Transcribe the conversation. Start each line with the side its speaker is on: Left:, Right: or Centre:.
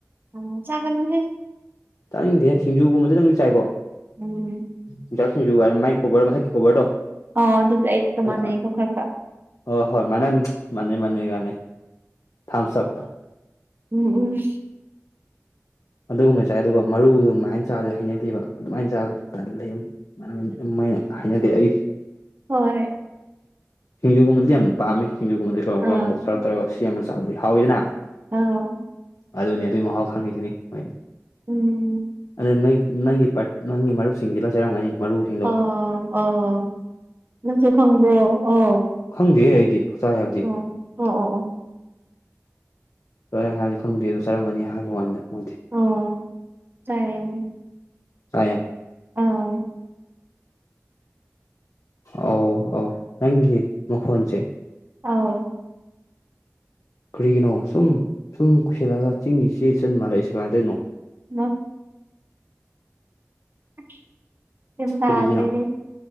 Right: ꯎꯝ ꯆꯥꯒꯅꯨꯍꯦ
Left: ꯇꯥꯅꯤꯡꯗꯦꯍꯦ ꯁꯤꯡꯨꯒꯨꯝꯕꯗ ꯗꯪꯗꯤ ꯆꯥꯏꯀꯣ
Right: ꯎꯝ
Left: ꯌꯣꯡꯆꯥꯛ ꯁꯤꯡꯖꯨ ꯀꯥꯏꯅ ꯃꯥꯥꯏ ꯀꯣꯚꯔ ꯃꯊꯛꯀꯤ ꯀꯣꯕꯔꯗꯣ
Right: ꯑꯣ ꯑꯗꯨꯗꯤ ꯑꯩ ꯀ
Left: ꯑꯗ
Right: ꯃꯥꯟꯅꯩꯀꯣ
Left: ꯑ
Right: ꯈꯔ ꯈꯔ
Left: ꯑꯣ ꯍꯣꯏ ꯃꯥꯅꯟ ꯃꯥꯅꯩ ꯃꯥꯅꯩ ꯃꯥꯅꯩ ꯊꯝꯁꯞ
Right: ꯎꯝ ꯎꯝ
Left: ꯑꯗꯨꯒꯨꯝꯕꯩ ꯆꯥꯏ ꯑꯗꯨꯒ ꯃꯔꯨ ꯑꯗꯨꯃꯥꯏꯅ ꯆꯥꯕꯁꯦ ꯍꯩꯅꯗꯦꯕ ꯑꯗꯨꯃꯥꯏꯅ ꯆꯥꯕꯗꯣ ꯇꯜꯂꯦꯕ ꯑꯗꯨ ꯃꯥꯏꯅ ꯍꯩꯅꯗꯦ ꯑꯩ
Right: ꯍꯣꯏ
Left: ꯁꯤꯡꯖꯨꯒꯨꯝꯕꯗꯨꯗꯤ ꯌꯥꯝ ꯄꯥꯝꯃꯦ ꯁꯤꯡꯖꯨꯒꯨꯝꯕꯗꯤ ꯀꯥꯡꯉꯧ
Right: ꯑꯥ
Left: ꯈꯔ ꯃꯣꯔꯣꯛ ꯁꯥꯔꯞ ꯇꯧꯔꯒ ꯁꯦꯝꯃ ꯆꯥꯕꯗꯤ ꯍꯥꯎꯋꯤꯗꯅ
Right: ꯑꯧ
Left: ꯑꯗꯨꯅꯦ ꯑꯗꯨꯏ ꯃꯍꯥꯎ ꯈꯪꯉꯤꯗꯨꯅꯤ ꯍꯣꯏ
Right: ꯎꯝ
Left: ꯑꯗꯨꯏ ꯅꯣꯏ ꯅꯪꯒꯤ ꯄꯥꯔ ꯅꯪꯒꯤ ꯃꯔꯨꯞꯁꯤꯡꯗꯤ ꯂꯣꯏ ꯆꯥꯔꯝꯒꯅꯤ ꯃꯔꯨꯁꯤꯡꯗꯣ
Right: ꯑꯧ ꯑꯧ ꯅꯪꯁꯨ ꯈꯪꯕ꯭ꯔꯣ ꯑꯣ
Left: ꯈꯪꯗꯦꯍꯦ ꯑꯩꯗꯤ ꯆꯥꯏ ꯍꯥꯏꯕꯗꯤ
Right: ꯑꯧ ꯑꯣ ꯑꯣ ꯑꯣ
Left: ꯆꯥꯏ ꯍꯥꯏꯕꯗꯤ ꯈꯪꯗꯦ ꯑꯗꯣ ꯆꯔꯝꯒꯅꯤ ꯍꯥꯏꯕ ꯋꯥꯅꯤꯗ ꯃꯣꯏꯗꯤ
Right: ꯑꯣ ꯆꯥꯏ ꯍꯥꯏꯝꯅꯤ
Left: ꯆꯥꯏꯌꯦ
Right: ꯑꯥ
Left: ꯑꯧ ꯑꯧ ꯅꯪꯒꯤ ꯃꯈꯣꯟꯁꯦ
Right: ꯑꯥꯎ
Left: ꯀ꯭ꯔꯤꯒꯤꯅꯣ ꯁꯨꯝ ꯁꯨꯝ ꯀꯨꯏꯁꯜꯂꯑꯒ ꯆꯤꯡꯒꯤ ꯏꯆꯦ ꯏꯆꯟ ꯃꯥꯜꯂꯛꯏꯁꯦ ꯀꯃꯥꯏ ꯇꯣꯏꯅꯣ
Right: ꯅꯠ <inaudible> ꯇꯥꯗ꯭ꯔꯦꯅꯦ
Left: ꯀꯔꯤꯒꯤꯅꯣ